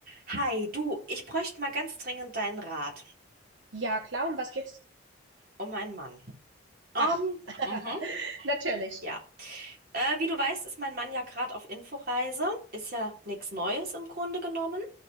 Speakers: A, on the right (about 50°); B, on the right (about 80°).
A: Hi, du, ich bräuchte mal ganz dringend deinen Rat
B: Ja, klar, um was geht's?
A: um meinen Mann. Ähm,
B: Ach, <laughs>
A: mhm,
B: natürlich.
A: ja. Äh, wie du weißt, ist mein Mann ja gerade auf Inforeise. Ist ja nichts Neues im Grunde genommen.